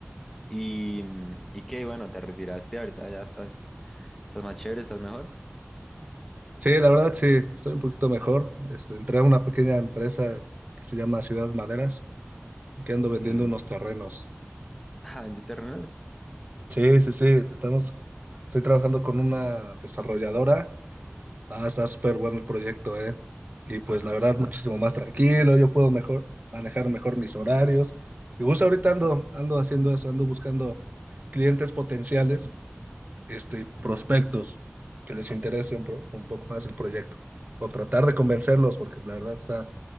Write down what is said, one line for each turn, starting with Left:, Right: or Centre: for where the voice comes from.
Centre: Y, mm, y qué, bueno, te retiraste ahorita, ya estás, estás más chévere, estás mejor.
Right: Sí, la verdad sí, estoy un poquito mejor. Este, entré a una pequeña empresa que se llama Ciudad Maderas, y que ando vendiendo
Centre: ¿Qué?
Right: unos terrenos.
Centre: Ah, ¿vendes terrenos?
Right: Sí, sí, sí, estamos, estoy trabajando con una desarrolladora Ah, está súper bueno el proyecto, ¿eh? Y pues
Centre: Ah,
Right: la verdad, muchísimo más tranquilo, yo puedo mejor manejar mejor mis horarios. Y justo ahorita ando, ando haciendo eso, ando buscando clientes potenciales, este, prospectos que les interese un, pro- un poco más el proyecto. O tratar de convencerlos, porque la verdad está,